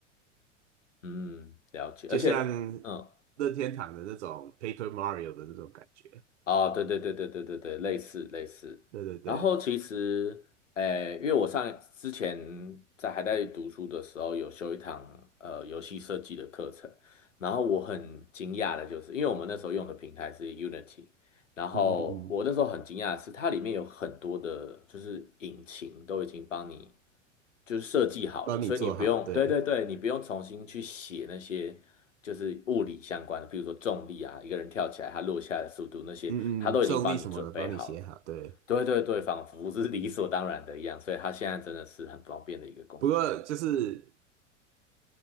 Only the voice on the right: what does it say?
就像
任天堂的那种 Paper Mario 的那种感觉。
对对对，
嗯嗯嗯，
帮你做好，
对。
嗯嗯，
重力什么的帮你写好，对。
不过就是